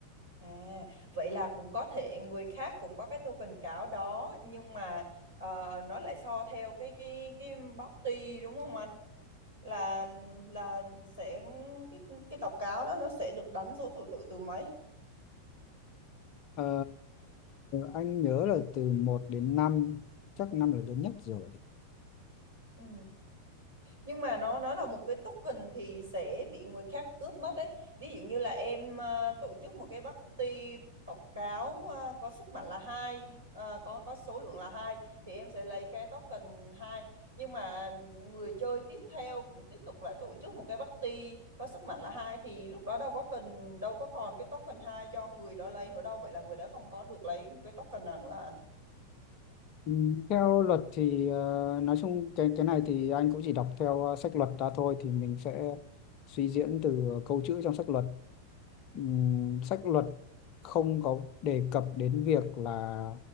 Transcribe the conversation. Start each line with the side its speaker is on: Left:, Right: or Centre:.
Right: À, vậy là cũng có thể người khác cũng có cái token cáo đó nhưng mà ờ, nó lại so theo cái cái cái body đúng không anh? là là sẽ cái cái tố cáo đó nó sẽ được đánh số thứ tự từ mấy
Left: Ờ, anh nhớ là từ một đến năm chắc 5 là lớn nhất rồi.
Right: ừ. nhưng mà nó nó là một cái token thì sẽ bị người khác cướp mất đấy ví dụ như là em ờ, tổ chức một cái party tộc cáo ờ, có sức mạnh là hai ờ, có có số lượng là hai thì em sẽ lấy cái token hai nhưng mà người chơi tiếp theo cũng tiếp tục lại tổ chức một cái party có sức mạnh là hai thì lúc đó đâu có cần đâu có còn cái token hai cho người đó lấy nữa đâu vậy là người đó không có được lấy một cái token nào nữa hả anh
Left: Ừ, Theo luật thì ờ, nói chung cái cái này thì anh cũng chỉ đọc theo ờ, sách luật ra thôi thì mình sẽ suy diễn từ câu chữ trong sách luật ừm, sách luật không có đề cập đến việc là